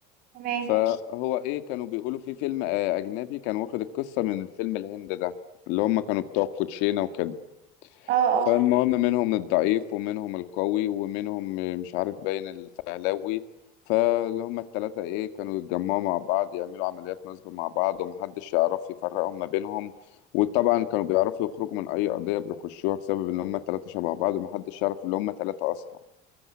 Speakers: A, on the right; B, on the left.
A: تمام
B: فهو ايه كانوا بيقولوا في فيلم آه، اجنبي كان واخد القصه من الفيلم الهند ده اللي هم كانوا بتوع الكوتشينه وكده
A: اه اه
B: فالمهم منهم الضعيف ومنهم القوي ومنهم مش عارف باين الفهلاوي فاللي هما التلاتة ايه كانوا يتجمعوا مع بعض يعملوا عمليات نصب مع بعض ومحدش يعرف يفرقهم ما بينهم وطبعا كانوا بيعرفوا يخرجوا من أي قضية بيخشوها بسبب إن هما التلاتة شبه بعض ومحدش يعرف إن هما تلاتة أصلا